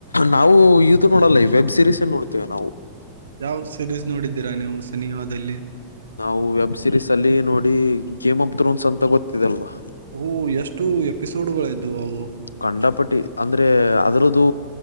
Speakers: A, on the left (about 75°); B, on the right (about 70°).
A: ನಾವು ಇದು ಮಾಡಲ್ಲ ಈ ವೆಬ್ ಸೀರೀಸ್ ನೋಡ್ತೇವೆ ನಾವು.
B: ಯಾವ ಸಿರೀಸ್ ನೋಡಿದ್ದೀರಾ ನೀವು ಸನಿಹದಲ್ಲಿ.
A: ನಾವು ವೆಬ್ ಸಿರೀಸ್ ಅಲ್ಲಿ ನೋಡಿ ಗೇಮ್ ಆಫ್ ಥ್ರೋನ್ಸ್ ಅಂತ ಗೊತ್ತಿದಲ್ವಾ
B: ಓ ಎಷ್ಟು ಎಪಿಸೋಡ್ಗಳ ಇದ್ದವು ಅವು?
A: ಕಂಡಾಪಟ್ಟಿ ಅಂದ್ರೆ ಅದ್ರದ್ದು